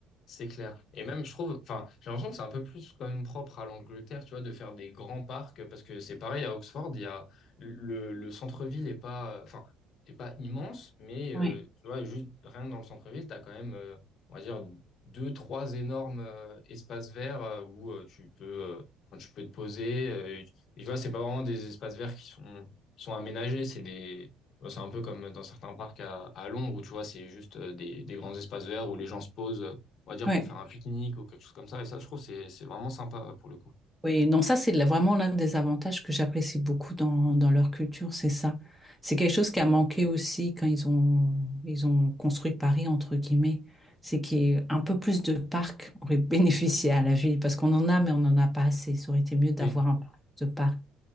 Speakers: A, on the left (about 40°); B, in the centre.
A: C'est clair. Et même, je trouve, enfin, j'ai l'impression que c'est un peu plus quand même propre à l'Angleterre, tu vois, de faire des grands parcs, parce que c'est pareil à Oxford, il y a le, le centre-ville est pas, euh, enfin, est pas immense, mais euh,
B: Oui,
A: tu vois, juste rien que dans le centre-ville, tu as quand même, euh, on va dire, deux, trois énormes euh, espaces verts euh, où euh, tu peux, euh, enfin, tu peux te poser. euh, et, et tu vois, c'est pas vraiment des espaces verts qui sont, qui sont aménagés, c'est des, c'est un peu comme dans certains parcs à, à Londres où tu vois, c'est juste euh, des, des grands espaces verts où les gens se posent on va dire
B: oui.
A: pour faire un pique-nique ou quelque chose comme ça. Et ça, je trouve, c'est c'est vraiment sympa euh, pour le coup.
B: Oui, non, ça, c'est la- vraiment l'un des avantages que j'apprécie beaucoup dans, dans leur culture, c'est ça. C'est quelque chose qui a manqué aussi quand ils ont, ils ont construit Paris, entre guillemets. C'est qu'il y ait un peu plus de parcs aurait <laughs> bénéficié à la ville, parce qu'on en a, mais on n'en a pas assez. Ça aurait été mieux d'avoir
A: Oui,
B: un peu plus de parcs.